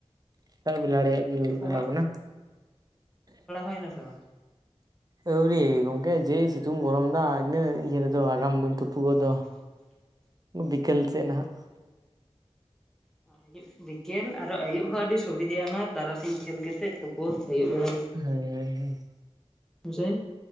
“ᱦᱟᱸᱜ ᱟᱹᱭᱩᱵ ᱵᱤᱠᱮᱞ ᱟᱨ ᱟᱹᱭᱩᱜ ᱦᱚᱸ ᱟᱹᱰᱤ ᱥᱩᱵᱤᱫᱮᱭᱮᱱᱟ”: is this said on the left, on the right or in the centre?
Centre